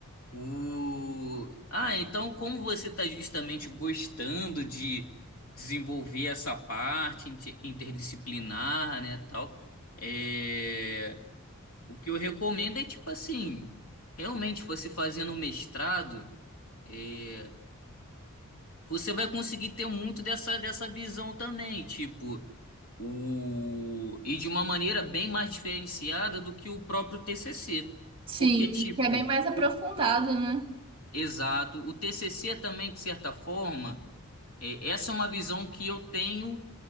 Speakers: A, on the left (about 80°); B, on the right (about 25°).
A: O... Ah, então como você está justamente gostando de desenvolver essa parte inter- interdisciplinar, né, tal... É... O que eu recomendo é tipo assim, realmente você fazendo um mestrado, é, você vai conseguir ter muito dessa, dessa visão também, tipo, o, e de uma maneira bem mais diferenciada do que o próprio TCC.
B: Sim,
A: Porque, tipo,
B: que é bem mais aprofundado,
A: o-
B: né?
A: exato, o TCC também, de certa forma, é, essa é uma visão que eu tenho